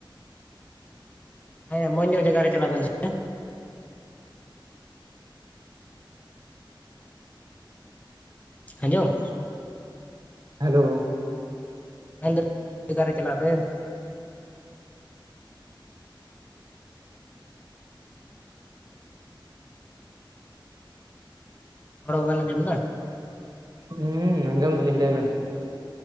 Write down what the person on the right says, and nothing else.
ᱦᱮᱞᱳ
ᱦᱮᱸ ᱟᱸᱡᱚᱢ ᱫᱟᱞᱤᱧ ᱞᱟᱹᱭ ᱵᱮᱱ